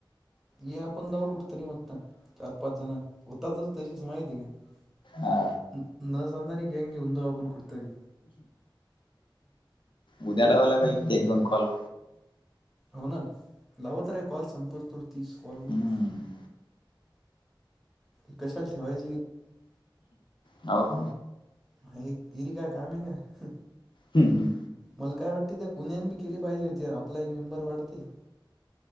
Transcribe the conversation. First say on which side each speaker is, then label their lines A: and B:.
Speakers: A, in the centre; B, on the left.
A: ये आपण जाऊ कुठतरी मस्त चार पाच जण होतातच तशी माहिती आहे का?
B: हा
A: नज <unintelligible> गँग घेऊन जाऊ आपण कुठ तरी.
B: उद्या लावा लागल एक दोन कॉल.
A: हो ना लावत राय कॉल संपत स्तोर तीस कॉल हो
B: हम्म
A: दे. क कसाल ठेवायं?
B: हाव.
A: हे गिरी काय काम ये का?
B: हम्म हम्म.
A: मला काय वाटते त्या कुण्याने बी केली पाहिजे होती आपला एक मेंबर वाढते.